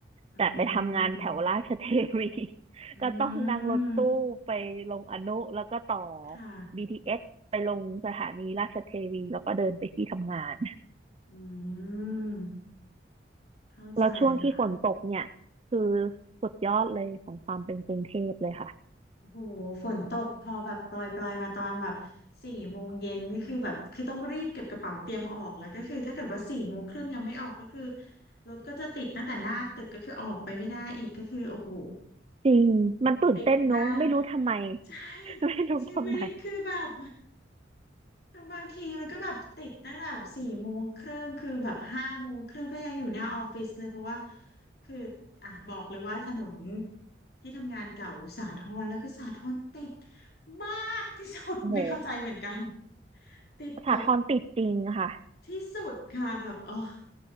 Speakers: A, on the left (about 60°); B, on the right (about 35°).
A: อืม
B: แต่ไปทำงานแถวราชเทวี <laughs>
A: อื
B: ก็ต้องนั่งรถตู้ไปลงอนุแล้วก็ต่อ
A: มค่ะ
B: BTS ไปลงสถานีราชเทวีแล้วก็เดินไปที่ทำงาน
A: อืมเข้าใจค่ะ
B: แล้วช่วงที่ฝนตกเนี่ยคือสุดยอดเลยของความเป็นกรุงเทพเลยค่ะ
A: โอ้โหฝนตกพอแบบปลอยปลอยมาตอนแบบสี่โมงเย็นก็คือแบบคือต้องรีบเก็บกระเป๋าเตรียมออกแล้วก็คือถ้าเกิดว่าสี่โมงครึ่งยังไม่ออกก็คือรถก็จะติดตั้งแต่หน้าตึกก็คือออกไปไม่ได้อีกก็คือโอ้โห
B: จริงมันตื่นเต้นเนอะไม่รู้ทำไม
A: ติดหน้า <laughs> ใช่
B: <laughs> ไม่รู้ทำไม
A: ชีวิตคือแบบ บางทีมันก็แบบติดตั้งแต่สี่โมงครึ่งคือแบบห้าโมงครึ่งก็ยังอยู่หน้าออฟฟิศเลยเพราะว่าคืออ่ะบอกเลยว่าถนนที่ทำงานเก่าอยู่สาทรแล้วคือสาทรติดมากที่สุดไม่เข้าใจเหมือนกัน
B: โอ้โห
A: ติดแบบ
B: สาทรติดจริงค่ะ
A: ที่สุดค่ะแบบอ๋อ